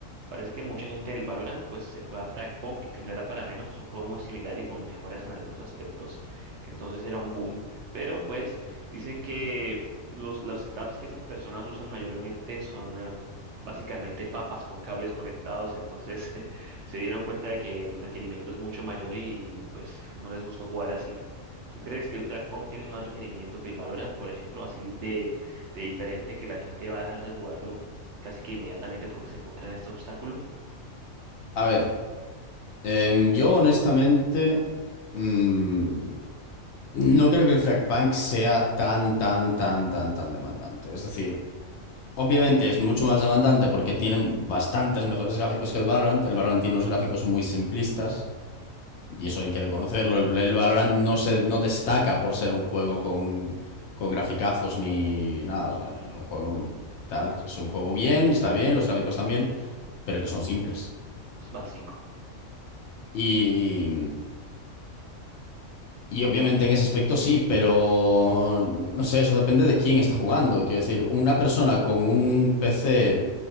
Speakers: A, on the right; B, on the left.
A: Parece que mucha gente del Valorant pues se fue a Fragpunk y no era para menos, es un juego muy similar y con mejoras en algunos aspectos, entonces era un boom, pero pues dicen que los, los setups que estas personas usan mayormente son eh, básicamente papas con cables conectados, entonces <laughs> se dieron cuenta de que el requerimiento es mucho mayor y pues no les gustó jugar así. ¿Tú crees que el Fragpunk tiene más requerimiento que el Valorant, por ejemplo, así de, de diferente que la gente va a dejar de jugarlo casi que inmediatamente porque se encuentra en este obstáculo?
B: A ver, em, yo honestamente, mm, no creo que el Frag Punk sea tan, tan, tan, tan, tan demandante. Es decir, Obviamente es mucho más demandante porque tienen bastantes mejores gráficos que el Valorant. El Valorant tiene unos gráficos muy simplistas y eso hay que reconocerlo. El, el Valorant no se, no destaca por ser un juego con, con graficazos ni nada. o sea, es un juego tal, es un juego bien, está bien, los gráficos están bien, pero que son simples.
A: Es básico.
B: Y, y obviamente en ese aspecto sí, pero no sé, eso depende de quién está jugando. Quiero decir, una persona con un PC